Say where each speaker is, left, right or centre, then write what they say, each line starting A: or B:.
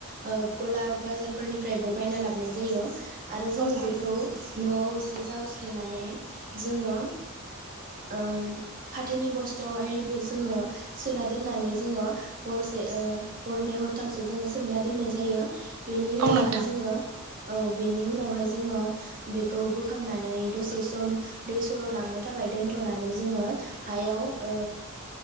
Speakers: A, on the right; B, on the right.
A: ओ गला बाजारफोरनिफ्रायबो बायना लाबनाय जायो। आरो जोङो
B: औ थारैनो
A: बेखौ
B: नोंथां
A: न'आव एसे जावस्रोनानै जोङो ओन फाथोनि बस्थायावहाय बे जोङो सोना दोननानै जोङो हरसे ओ हरनै हरथामसो जोङो सोमना दोननाय जायो। बेनि उनावहाय
B: औ नोंथां
A: जोङो औ बेनि उनावहाय जोङो बेखौ बोखांनानै दसे सम दै सर' लांनो थाखाय दोनथ'नानै जोङो हायाव ओ